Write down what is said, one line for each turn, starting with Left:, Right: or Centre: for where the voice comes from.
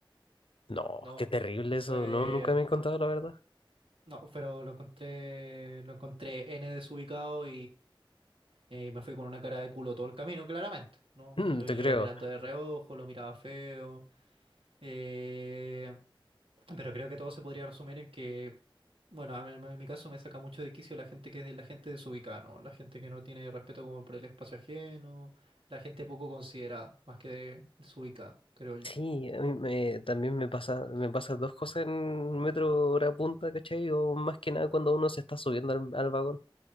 Left: No,
Right: ¿no?
Left: qué terrible
Right: Fue...
Left: eso. No, nunca me he contado la verdad. <clears throat>
Right: No, pero lo encontré, lo encontré N desubicado Eh, me fui con una cara de culo todo el camino, claramente. No,
Left: Mm,
Right: lo,
Left: te
Right: lo
Left: creo.
Right: iba mirando de reojo, lo miraba feo. eh, pero creo que todo se podría resumir en que, bueno, a mí- en mi caso me saca mucho de quicio la gente que es de la gente desubicada, ¿no? La gente que no tiene respeto como por el espacio ajeno, la gente poco considerada, más que de- desubicada, creo yo.
Left: Sí, a mí me- también me pasa, me pasa dos cosas en metro hora punta, ¿cachai? O más que nada cuando uno se está subiendo al, al vagón,